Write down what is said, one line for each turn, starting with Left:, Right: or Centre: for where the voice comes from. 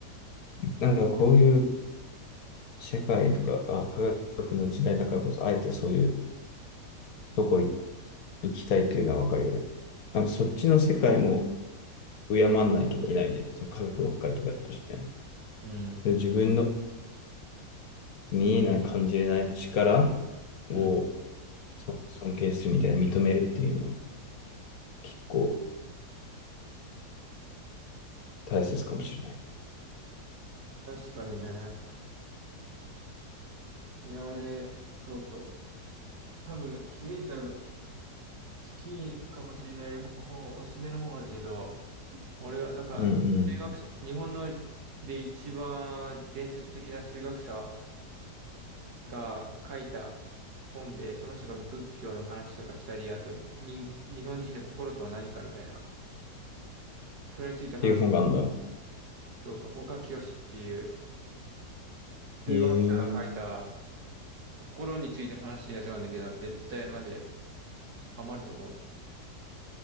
Left: なんかこういう社会とか、あ、科学の時代だからこそ、あえてそういうとこ行きたいっていうのはわかるよね。なんかそっちの世界も敬わなきゃいけないよね。その科学ばっかりとかして。
Right: うん。
Left: で、自分の見えない、感じれない力
Right: うん。
Left: を尊敬するみたいな、認めるっていうのは結構大切かもしれない。
Right: 確かにね。いや、俺、そうそう。多分、キエタ好きかもしれない本、おすすめの本あるけど、俺が、なんか、
Left: うんうん。
Right: 数学者、
Left: っ
Right: 日本ので一番伝説的な数学者が書いた本で、その人が仏教の話とかしたり、あと、に、日本人の心とは何かみたいな、それについて話し、
Left: ていう本があるんだ。
Right: そうそう、岡清っていう数学者が書いた
Left: ええ
Right: 心について話してるやつなんだけど、絶対マジでハマると思う。